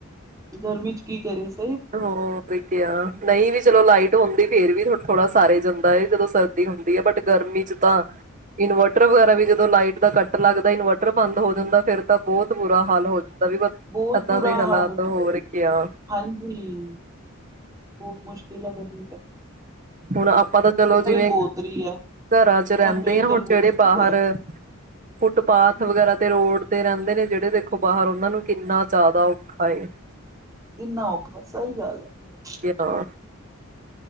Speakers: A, on the right; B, on the right.
A: ਗਰਮੀ ਚ ਕੀ ਕਰੇ ਸ
B: ਹੋ ਰਕਿਆ ਨਈ ਵੀ ਚਲੋ ਲਾਈਟ ਹੁੰਦੀ ਫੇਰ ਵੀ ਥੋੜਾ ਸਾਰੇ ਜਾਂਦਾ ਜਦੋਂ ਸਰਦੀ ਹੁੰਦੀ ਹੈ ਬਟ ਗਰਮੀ ਚ ਤਾਂ ਇਨਵਰਟਰ ਵਗੈਰਾ ਵੀ ਜਦੋਂ ਲਾਈਟ ਦਾ ਕੱਟ ਲੱਗਦਾ ਇਨਵਰਟਰ ਬੰਦ ਹੋ ਜਾਂਦਾ ਫੇਰ ਤਾਂ ਬਹੁਤ ਬੁਰਾ ਹਾਲ ਹੋ ਦਾਂ ਵੀ
A: ਬਹੁਤ
B: ਏਦਾਂ
A: ਬੁਰਾ
B: ਦੇ ਹਾਲਾਤ
A: ਹਾਲ ਹੋ
B: ਹੋਰ
A: ਜਾਂਦਾ
B: ਕਆ
A: ਹਾਂਜੀ ਬਹੁਤ ਮੁਸ਼ਕਿਲ ਐ ਗਰਮੀ ਤੇ
B: ਹੁਣ ਆਪਾਂ ਤਾਂ ਚਲੋ ਜਿਵੇਂ
A: ਬਹੁਤ ਰਹੀ ਹੈ
B: ਘਰਾਂ ਚ
A: ਟੈਂਪਰੇਚਰ
B: ਰਹਿੰਦੇ ਆ ਹੁਣ
A: ਬਹੁਤ
B: ਜਿਹੜੇ ਬਾਹਰ
A: ਵੱਧ ਰਿਹਾ
B: ਫੁੱਟਪਾਥ ਹੁਣ ਵਗੈਰਾ ਤੇ ਰੋਡ ਤੇ ਰਹਿੰਦੇ ਨੇ ਜਿਹੜੇ ਦੇਖੋ ਬਾਹਰ ਉਹਨਾਂ ਨੂੰ ਕਿੰਨਾ ਜ਼ਿਆਦਾ ਔਖਾ ਐ।
A: ਕਿੰਨਾ ਔਖਾ ਸਈ ਗੱਲ ਐ।
B: ਹਾਂ